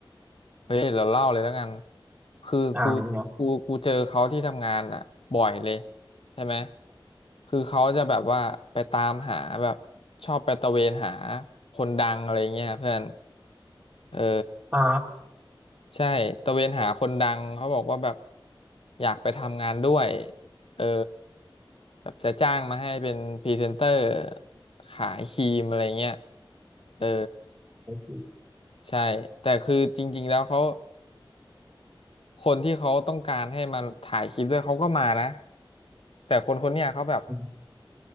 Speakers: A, on the left; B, on the right.
A: เฮ้ยเราเล่าเลยแล้วกันคือกูกูกูเจอเขาที่ทำงานอ่ะบ่อยเลย
B: อ่าเป็นไง
A: ใช่ไหมคือเขาจะแบบว่าไปตามหาแบบชอบไปตะเวนหาคนดังอะไรเงี้ยเพื่อนเออ
B: อ๋อ
A: ใช่ตะเวนหาคนดังเขาบอกว่าแบบอยากไปทำงานด้วยเออแบบจะจ้างมาให้เป็นพรีเซนเตอร์ขายครีมอะไรเงี้ยเออ
B: โอเค
A: ใช่แต่คือจริงๆแล้วเขา คนที่เขาต้องการให้มาถ่ายคลิปด้วยเขาก็มานะแต่คนคนเนี้ยเขาแบบ
B: อม